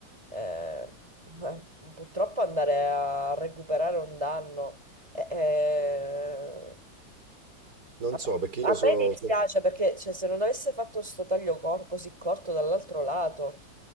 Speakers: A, on the right (about 15°); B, on the right (about 55°).
A: eh, eh, purtroppo andare a recuperare un danno. Eh, eh,
B: Non
A: A
B: so,
A: me,
B: perché
A: a
B: io sono...
A: me dispiace perché cioè, se non avesse fatto sto taglio cor- così corto dall'altro lato,